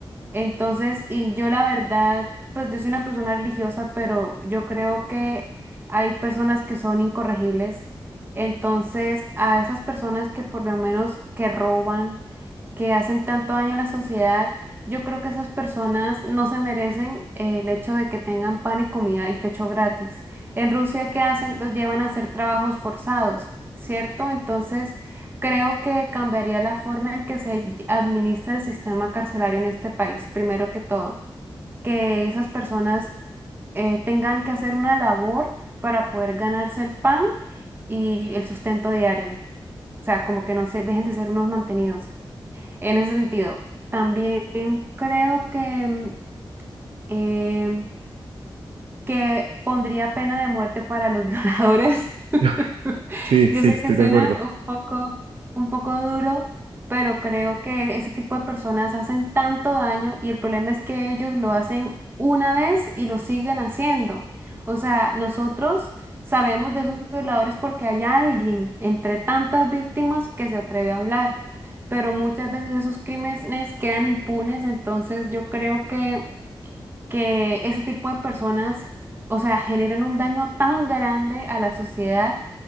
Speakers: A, on the right; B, on the right.
A: Entonces, y yo la verdad, pues yo soy una persona religiosa, pero yo creo que hay personas que son incorregibles. Entonces, a esas personas que por lo menos que roban, que hacen tanto daño a la sociedad, yo creo que esas personas no se merecen eh, el hecho de que tengan pan y comida y techo gratis. En Rusia, ¿qué hacen? Los llevan a hacer trabajos forzados, ¿cierto? Entonces, Creo que cambiaría la forma en que se administra el sistema carcelario en este país, primero que todo, que esas personas eh, tengan que hacer una labor para poder ganarse el pan y el sustento diario, o sea, como que no se dejen de ser unos mantenidos. En ese sentido, también creo que mm, em, que pondría pena de muerte para los <laughs> violadores. <laughs>
B: <laughs> Sí,
A: Yo
B: sí,
A: sé
B: estoy
A: que suena
B: de acuerdo.
A: un poco, un poco duro, pero creo que ese tipo de personas hacen tanto daño y el problema es que ellos lo hacen una vez y lo siguen haciendo. O sea, nosotros sabemos de esos violadores porque hay alguien entre tantas víctimas que se atreve a hablar, pero muchas veces esos crímenes quedan impunes, entonces yo creo que que ese tipo de personas, o sea, generan un daño tan grande a la sociedad